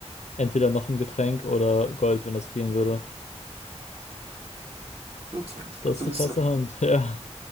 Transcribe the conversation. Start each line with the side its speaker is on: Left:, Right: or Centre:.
Left: entweder noch ein Getränk oder Gold, wenn das gehen würde.
Right: gut,
Left: Das
Right: gute
Left: ist
Right: Liste.
Left: eine krasse Hand, <laughs> ja.